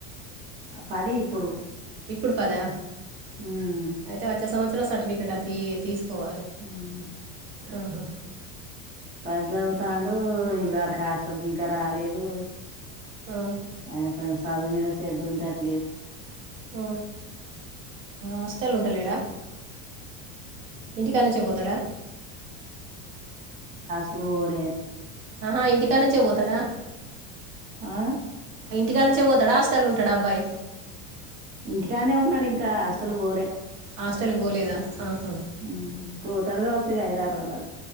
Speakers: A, on the right; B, on the right.
A: పది ఇప్పుడు
B: ఇప్పుడు పదా
A: ఉమ్
B: అయితే వచ్చే సంవత్సరం సర్టిఫికెట్ అతి తీసు కోవాలే
A: ఉమ్
B: ఉ హా
A: పది చదువుతండు ఈ సారి కాస్ అతనికి ఇంకా రాలేదు
B: ఆ,
A: ఆయన సదువు మీద సేద్దు ఉంటట్లేదు
B: ఉ హస్టల్ ఉంటలేడా ఇంటి కానుంచే పోతాడా
A: అసలు పోలే
B: ఆహా ఇంటికా నుంచే పోతాడా
A: ఆ
B: ఇంటికా నుంచే పోతాడు హస్టలు ఉంటాడా అబ్బాయి.
A: ఇంటికాన్నే ఉన్నాడు ఇంకా హాస్టల్ బోలే
B: హాస్టల్కి పోలేదా ఆహా
A: ఉ పోతాడు కావచ్చు ఇగ ఐద ఆరు రోజలలో